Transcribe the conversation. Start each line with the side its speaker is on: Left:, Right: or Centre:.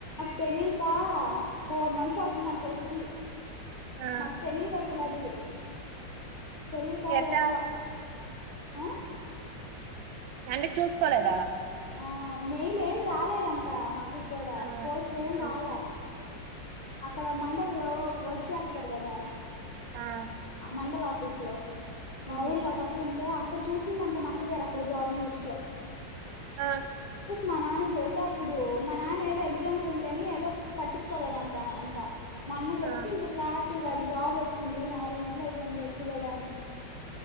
Left: తెలీక ఫోర్ మంత్స్ అవుతుందంట వచ్చి
Right: ఆ
Left: మాకు తెలిదసలు <inaudible> తెలీక
Right: ఎట్టా
Left: వేరవా ఆ
Right: అంటే చూసుకోలేదు
Left: ఆ మెయిల్ ఏమి రాలేదంటా మా కు కూడా
Right: ఆ
Left: పోస్టులు ఏం
Right: ఆ
Left: రాలా అక్కడ మండల లో వర్క్ చేస్తారు కదా
Right: ఆ
Left: మండల వఫ తీస్లా మా
Right: ఉమ్,
Left: ఊర్లో ఒక అక్క ఉంటే అక్క అక్క చూసిందింట నక్కపోయరు అక్కడ జాబు లిస్ లో
Right: ఆ
Left: మా నాన్న చెబతే అప్పుడు మా నాన్న ఏదో ఎగ్జామ్ గురించి అని ఏదో పట్టించుకోలేదు అంట అంట మొన్న చెప్పిండ్ర
Right: ఆ
Left: క్లా అది జాబ్ వచ్చింది నాలుగు ఎ అయిపోయింది వచ్చి కూడా అని